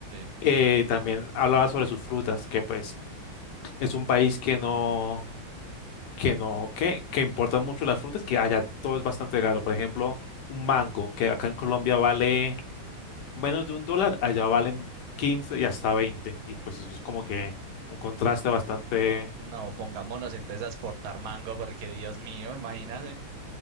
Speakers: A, on the right (about 75°); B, on the left (about 70°).
A: sí.
B: Eh, también hablaba sobre sus frutas, que pues es un país que no, que no, que, que importan mucho las frutas, que allá todo es bastante caro. Por ejemplo, un mango, que acá en Colombia vale menos de un dólar, allá valen 15 y hasta veinte Y pues eso es como que un contraste
A: No, n-
B: bastante
A: no, pongámonos entonces a exportar mango porque Dios mío, imagínate.